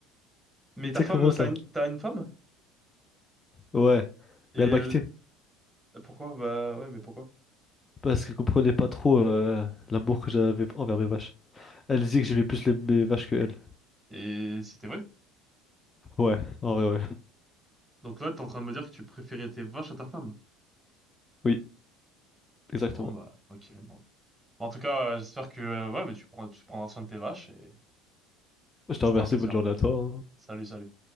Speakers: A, in the centre; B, on the left.
A: Mais
B: Exactement
A: ta femme,
B: ça.
A: t'as une, t'as une femme?
B: Ouais.
A: Et
B: Mais elle
A: elle...
B: m'a quitté.
A: Pourquoi? Bah ouais, mais pourquoi?
B: Parce qu'elle comprenait pas trop euh, l'amour que j'avais envers mes vaches. Elle disait que j'aimais plus les, mes vaches que elle.
A: Et c'était vrai?
B: Ouais, en vrai, ouais.
A: Donc là, t'es en train de me dire que tu préférais tes vaches à ta femme.
B: Oui, exactement.
A: Bon bah, ok, bon. Bon, En tout cas, euh, j'espère que euh, ouais, mais tu prends, tu prendras soin de tes vaches et,
B: Je te
A: et c'était
B: remercie,
A: un plaisir.
B: bonne journée à toi. hein.
A: Salut, salut.